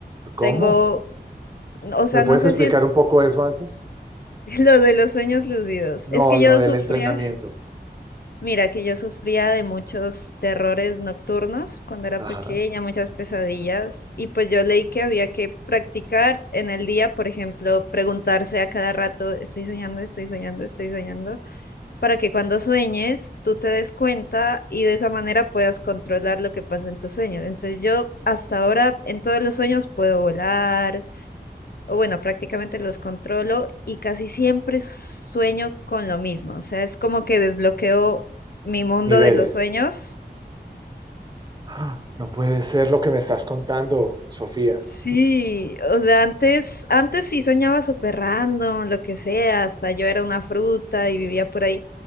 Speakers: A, on the right (about 25°); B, on the left (about 60°).
A: ¿Cómo?
B: tengo, o sea,
A: ¿Me puedes
B: no sé
A: explicar
B: si es
A: un poco eso antes?
B: <laughs> lo de los sueños lúcidos.
A: No,
B: Es que
A: lo
B: yo
A: del
B: sufría,
A: entrenamiento.
B: mira, que yo sufría de muchos terrores nocturnos cuando era
A: Ajá.
B: pequeña, muchas pesadillas y pues yo leí que había que practicar en el día, por ejemplo, preguntarse a cada rato, estoy soñando, estoy soñando, estoy soñando. para que cuando sueñes tú te des cuenta y de esa manera puedas controlar lo que pasa en tus sueños. Entonces yo hasta ahora en todos los sueños puedo volar, o bueno, prácticamente los controlo y casi siempre sueño con lo mismo. O sea, es como que desbloqueo mi mundo
A: Niveles.
B: de los sueños.
A: ¡Ah! No puede ser lo que me estás contando, Sofía.
B: Sí, o sea, antes, antes sí soñaba súper random, lo que sea, hasta yo era una fruta y vivía por ahí.